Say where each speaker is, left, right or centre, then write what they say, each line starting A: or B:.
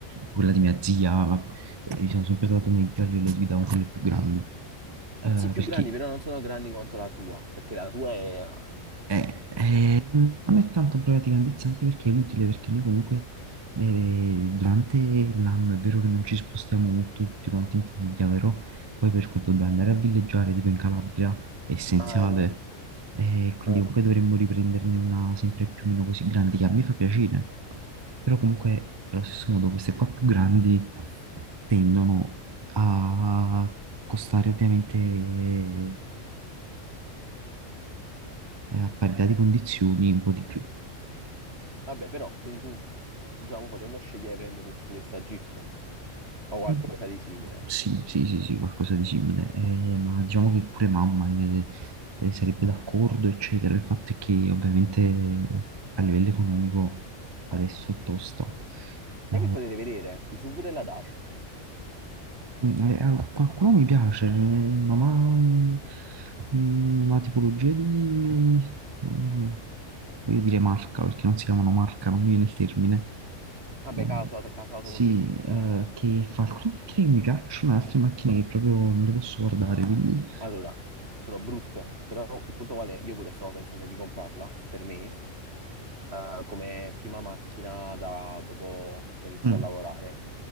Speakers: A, on the right; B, on the right.
A: quella di mia zia, la- eh, gli sono sempre stato meglio a livello di guida con quelle più grandi, eh,
B: Sì, più
A: perché...
B: grandi, però non sono grandi quanto la tua, perché la tua è...
A: Eh, eh, non è tanto un problema di grandezza, anche perché è utile, perché noi comunque eh, durante l'anno è vero che non ci spostiamo molto tutti quanti in famiglia, però poi per quanto dobbiamo andare a villeggiare, tipo in Calabria, è essenziale
B: Ah, è vero,
A: e quindi
B: è vero.
A: comunque dovremmo riprenderne una sempre più o meno così grande, che a me fa piacere. Però comunque, allo stesso modo, queste qua più grandi tendono a costare ovviamente eh, eh, a parità di condizioni un po' di più.
B: Vabbè, però, quindi tu, diciamo, potendo scegliere, prenderesti questa Jeep o qualcosa
A: Mm,
B: di simile.
A: Sì, sì, sì, sì, qualcosa di simile, Eh, ma diciamo che pure mamma eh, eh, sarebbe d'accordo, eccetera. Il fatto è che ovviamente a livello economico adesso è tosta,
B: Sai
A: Eh,
B: che potete vedere? I SUV della Dacia.
A: Mm, eh, eh, Qualcuno mi piace, ma, ma- mm, una tipologia di... mm, voglio dire marca, perché non si chiamano marca, non mi viene il termine.
B: Vabbè,
A: Eh,
B: casa, casa automobilistica.
A: sì, eh, che fa alcune macchine che mi piacciono e altre macchine che proprio non le posso guardare, quindi...
B: Allora, sono brutte, però il punto qual è? Io pure stavo pensando di comprarla per me, eh, come prima macchina da dopo che inizio
A: Mm,
B: a lavorare,